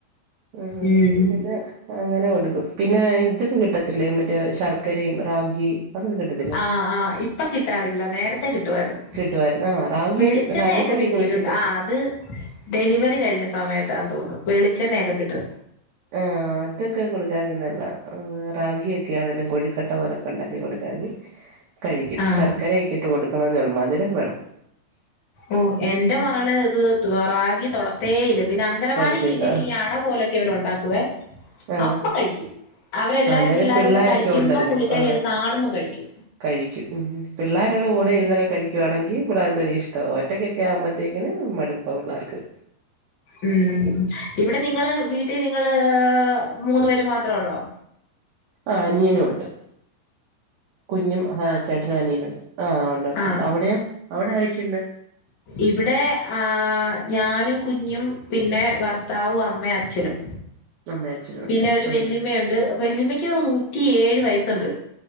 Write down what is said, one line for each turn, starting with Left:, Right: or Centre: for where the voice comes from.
Right: ആഹ്
Left: ഉം
Right: പിന്നെ അങ്ങനെ കൊടുക്കും പിന്നെ ഇതൊക്കെ കിട്ടത്തില്ലേ മറ്റേ ശർക്കരേം, റാഗി അതൊക്കെ കിട്ടത്തില്ലേ
Left: ആഹ് ആഹ് ഇപ്പ കിട്ടാറില്ല നേരത്തെ കിട്ടുവാരുന്നു
Right: കിട്ടുവായിരുന്നു ആ റാഗി
Left: വെളിച്ചെണ്ണയൊക്കെ
Right: റാഗിപ്പൊടിയൊക്കെ
Left: കിട്ടിട്ടോണ്ട്
Right: വെച്ചിട്ട്
Left: ആഹ് അത് ഡെലിവറി കഴിഞ്ഞ സമയത്താന് തോന്നുന്നു വെളിച്ചെണ്ണയൊക്കെ കിട്ടു
Right: ആഹ് അതൊക്കെ കൊടുക്കാങ്കി നല്ലതാ റാഗിയൊക്കൊണേലും കോഴിക്കട്ട പോലൊക്കെ ഒണ്ടാക്കി കൊടുക്കാന്ന് കഴിക്കും
Left: ആഹ്
Right: ശർക്കരയൊക്കെ ഇട്ട് കൊടുക്കണം എന്നോള്ളൂ മധുരം വേണം
Left: ഓഹ്
Right: ഉം
Left: എന്റെ മകള് ഇത് റാഗി തൊടത്തേ ഇല്ല പിന്നെ അംഗനവാടിലിങ്ങനെ
Right: തൊടുതീല
Left: ഈ അടപോലെ ക്കെ അവര് ഒണ്ടാക്കുവേ
Right: ആ
Left: അപ്പ കഴിക്കും അവരെല്ലാരും
Right: അന്നേരം
Left: പിള്ളേരുടെ
Right: പിള്ളോരൊക്കെ
Left: കഴിക്കുമ്പം
Right: ഉണ്ടല്ലോ
Left: പുള്ളിക്കരി
Right: ആ
Left: അത് കാണുമ്പം കഴിക്കും
Right: കഴിക്കും പിള്ളേരുടെ കൂടെ ഇരുന്നൊക്കെ കഴിക്കുവാണെങ്കി പിള്ളേർക്കൊരി ഇഷ് ട്ടവാ ഒറ്റക്കൊക്കെ ആകുമ്പോഴത്തേക്കിന് മടുപ്പ പിള്ളേർക്ക്
Left: ഉം ഇവിടെ നിങ്ങള് വീട്ടി നിങ്ങള് മൂന്ന് പേര് മാത്രേ ഒള്ളോ
Right: ആഹ് അനിയനും ഒണ്ട് കുഞ്ഞും ആഹ് ചേട്ടനും അനിയനുവോണ്ട് ആഹ് ഒണ്ട്ണ്ട്
Left: ആഹ്
Right: അവിടെയോ അവിടെ ആരൊക്കെണ്ട്
Left: ഇവിടെ ആഹ് ഞാനും കുഞ്ഞും പിന്നെ വർത്താവും അമ്മയും അച്ഛനും
Right: അമ്മയും അച്ഛനും ഉണ്ട്
Left: പിന്നെ ഒരു
Right: ആ
Left: വെല്ലിമ്മേയൊണ്ട് വെല്ലിമ്മേക്ക് നൂറ്റിയേഴ് വയസ്സോണ്ട്